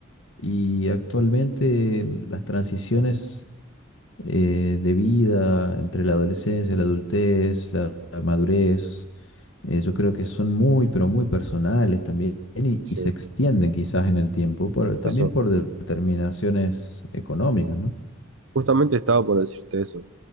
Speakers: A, on the left; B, on the right.
A: y actualmente las transiciones eh, de vida entre la adolescencia, la adultez, la, la madurez. eh, yo creo que son muy, pero muy personales también y,
B: Sí,
A: y se extienden quizás en el tiempo, por- también
B: eso.
A: por determinaciones económicas, ¿no?
B: Justamente estaba por decirte eso.